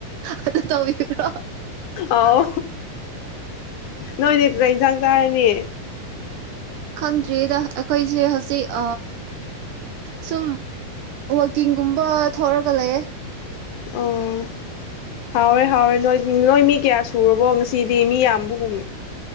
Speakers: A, on the right; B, on the left.
A: ꯑꯗꯨ꯭ꯔꯣ
B: ꯑꯥꯎ ꯅꯣꯏꯗꯤ ꯑꯗꯨꯗ ꯌꯦꯟꯁꯥꯡ ꯆꯥꯔꯅꯤ
A: ꯈꯪꯗ꯭ꯔꯤꯗ ꯑꯩꯈꯣꯏꯁꯦ ꯍꯧꯖꯤꯛ ꯁꯨꯝ ꯋꯥꯛꯀꯤꯡꯒꯨꯝꯕ ꯊꯔꯒ ꯂꯩꯌꯦ
B: ꯑꯣ ꯍꯥꯎꯔꯦ ꯍꯥꯎꯔꯦ ꯅꯣꯏ ꯅꯣꯏ ꯃꯤ ꯀꯌꯥ ꯁꯨꯔꯕꯣ ꯉꯁꯤꯗꯤ ꯃꯤ ꯌꯥꯝꯕꯒꯨꯝ